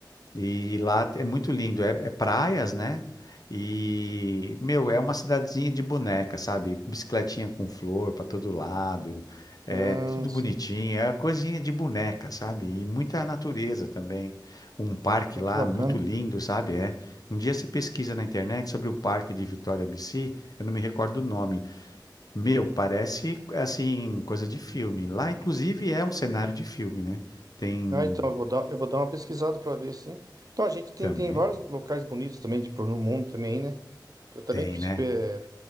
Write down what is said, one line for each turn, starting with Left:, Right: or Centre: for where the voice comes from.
Left: E lá é muito lindo, é, é praias, né? E, meu, é uma cidadezinha de boneca, sabe? Bicicletinha com flor para todo lado, é
Right: Ah,
Left: tudo
Right: sim.
Left: bonitinho, é coisinha de boneca, sabe? E muita natureza também. Um parque
Right: Olha
Left: lá
Right: que bacana.
Left: muito lindo, sabe? É. Um dia você pesquisa na internet sobre o parque de Vitória BC, eu não me recordo o nome. Meu, parece assim, coisa de filme. Lá, inclusive, é um cenário de filme, né? Tem
Right: Ah, então eu vou dar, eu vou dar uma pesquisada para ver, sim. Então a gente tem,
Left: também,
Right: tem vários locais bonitos também de, por no mundo também, né? Que eu também
Left: tem,
Right: pres-
Left: né?
Right: eh,